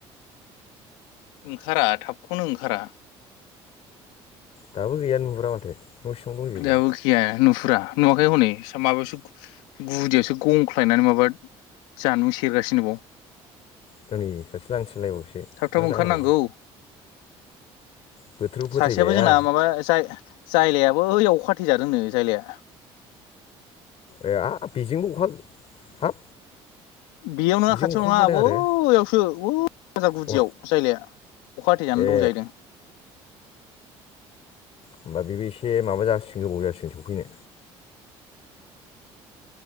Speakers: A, on the left; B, on the left.
A: ओंखारा थाबखौनो ओंखारा
B: दाबो गैयानो नुहुरा माथो न' सिङाव दंजोबो
A: दाबो खिगाया होनहर फुरा नुवाखै हनै माबायावो गुदियावसो गंख्लायनानै माबा जानु सेरगासिनोबाव
B: दिनै सासे लांथियालायबावसो
A: थाब
B: मा
A: थाब
B: जानांगौ
A: ओंखारनांगौ
B: बोथोरखौ फोथायजाया
A: सासेयाबो जोंना माबा जाय जायलाया बोइयाव अखा हाथैजादोंनो जायलाया
B: ए हाब बेजोंबो अखा
A: बेयाव नङा
B: बेजों
A: खाथियाव
B: अखा
A: नङा
B: हादों
A: बैयावसो
B: आरो
A: वौ व <unintelligible> गुदियाव
B: अ
A: जायलाया अखा हाथे जानानै
B: ए
A: दं जाहैदों
B: होमबा बेबो एसे माबा जासिगोन गोबाव जासिगोन सौफैनो